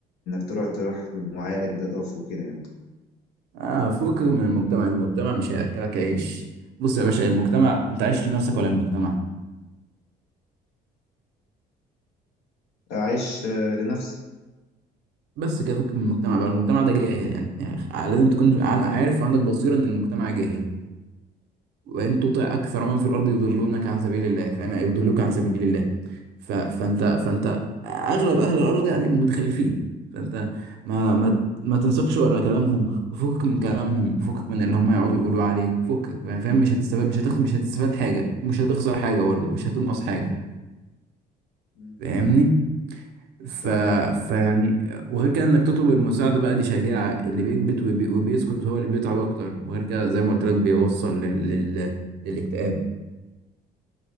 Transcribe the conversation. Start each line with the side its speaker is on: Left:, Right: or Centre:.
Left: تروح تروح لمعالج ده ضعف وكده يعني
Right: اه فوق من المجتمع المجتمع مش هياكلك عيش بص يا باشا المجتمع انت عايش لنفسك ولا للمجتمع
Left: اعيش آه، لنفسي
Right: بس كده فوق من المجتمع بقى المجتمع ده جاهل يعني, يعني لازم تكون ع- عارف وعندك بصيرة ان المجتمع جاهل وان تطع اكثر من في الارض يضلونك عن سبيل الله فاهم يعني يضلوك عن سبيل الله ف... فانت فانت اغلب اهل الارض يعني متخلفين فانت ما ما ما تنسقش ورا كلامهم وفكك من كلامهم وفكك من اللي هم يقعدوا يقولوا عليك فكك فاهم فاهم؟ مش هتستفاد مش هتاخد مش هتستفاد حاجه ومش هتخسر حاجه برضه مش هتنقص حاجه
Left: مم.
Right: فاهمني ف...
Left: اه فاهم
Right: فيعني وغير كده انك تطلب المساعده بقى دي شجاعه اللي بيكبت وبي... وبيسكت هو اللي بيتعب اكتر وغير كده زي ما قلت لك بيوصل لل... لل... للاكتئاب